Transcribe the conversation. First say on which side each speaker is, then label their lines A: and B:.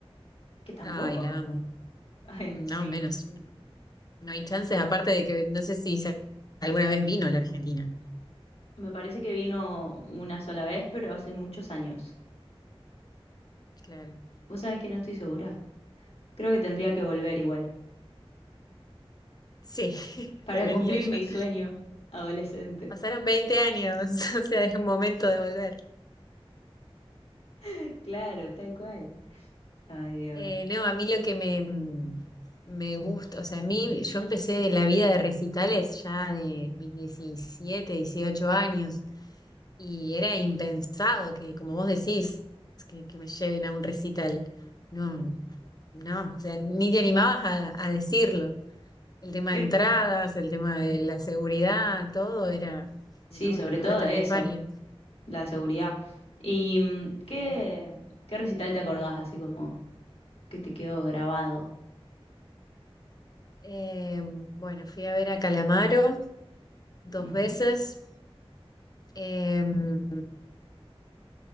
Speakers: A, on the left; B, on the left.
A: que tampoco.
B: Ay, la amo.
A: <laughs> Ay,
B: No,
A: sí.
B: menos. No hay chances, aparte de que no sé si se- alguna vez vino a la Argentina.
A: Me parece que vino una sola vez, pero hace muchos años.
B: Claro.
A: Vos sabés que no estoy segura. Creo que tendría que volver igual,
B: Sí, <laughs>
A: para
B: debería
A: cumplir
B: ya.
A: mi sueño adolescente.
B: Pasaron 20 años, <laughs> o sea, es un momento de volver.
A: <laughs> Claro, tal cual. Ay, Dios.
B: Eh, no, a mí lo que me, me gusta, o sea, a mí yo empecé la vida de recitales ya de mis 17 18 años y era impensado que, como vos decís, que, que me lleven a un recital. No, no, o sea, ni te animabas a, a decirlo. El tema
A: ¿Qué-
B: de entradas, el tema de la seguridad, todo era,
A: Sí,
B: no,
A: sobre
B: ni loca
A: todo
B: te
A: de
B: acompaña.
A: eso, la seguridad. ¿Y mm, qué,
B: Sí.
A: qué recital te acordás así como que te quedó grabado?
B: Eh, bueno, fui a ver a Calamaro dos
A: Ujú.
B: veces. Em,